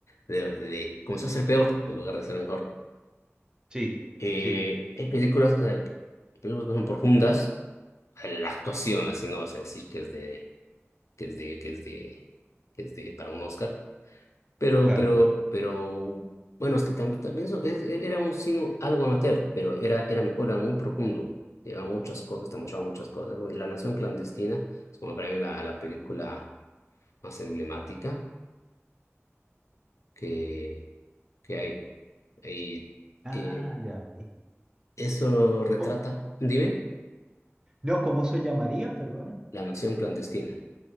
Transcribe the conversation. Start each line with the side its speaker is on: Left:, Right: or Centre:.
Left: de, de- comenzó a ser peor en lugar de ser mejor.
Right: sí,
Left: Eh,
Right: sí,
Left: hay películas, eh, películas que son profundas la actuación, así no vas a decir que es de, que es de, que es de, que es de para un Oscar, pero,
Right: claro.
Left: pero, pero, bueno, es que tam- también eso es- e-, era un cine algo amateur, pero era, era mejor, era muy profundo, llevaba muchas cosas, te mostraba muchas cosas. Bueno, La Nación Clandestina es como para mí la, la película más emblemática que, que hay. Y
Right: Ah,
Left: eh,
Right: ya. Y
Left: eso retrata,
Right: co-
Left: dime,
Right: no, ¿cómo se llamaría? Perdona.
Left: La Nación Clandestina.